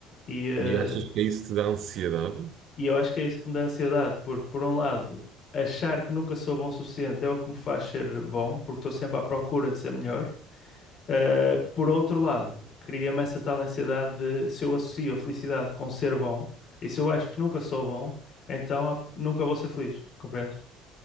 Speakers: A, on the left; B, on the right.
A: E, eh,
B: E achas que isso te dá ansiedade?
A: e eu acho que é isso que me dá ansiedade, porque por um lado, achar que nunca sou bom o suficiente é o que me faz ser bom, porque estou sempre à procura de ser melhor. Eh, por outro lado, cria-me essa tal ansiedade de se eu associo a felicidade com ser bom, e se eu acho que nunca sou bom, então há- nunca vou ser feliz, compreendes?